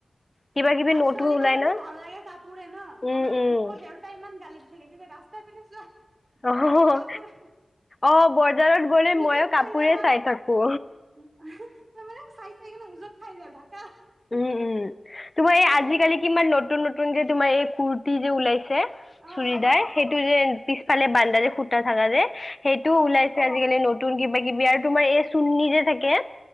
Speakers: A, on the left (about 30°); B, on the right (about 45°).
A: কিবা কিবি
B: আৰ
A: নতুন
B: ছোৱালী
A: ওলাই
B: মানুহৰতো
A: ন
B: ভাল লাগে কাপোৰে ন,
A: উম
B: আমাৰ,
A: উম
B: মোৰ দেউতাই ইমান গালি <unintelligible> ৰাস্তাৰ পিনে চোৱা খালি
A: অ
B: কাপোৰ
A: অ', বজাৰত গ'লে
B: উজত
A: মইয়ো
B: খাই
A: কাপোৰে
B: যাওঁ মই
A: চাই থাকো।
B: মই এইবিলাক চাই চাই কিনে ওজত খাই য ঢাক
A: উম', উম, তোমাৰ এই আজিকালি
B: চাইডে লাগে
A: কিমান নতুন নতুন যে তোমাৰ এই কুুৰ্তি যে উলাই চে
B: অ
A: চুৰিদাৰ
B: অ
A: সেইটো যে পিছফালে বান্দাৰে ফুটা থকা যে। সেইটোও
B: অ
A: ওলাইছে আজিকালি নতুন কিবা কিবি আৰ তোমাৰ এই চুন্নি যে থাকে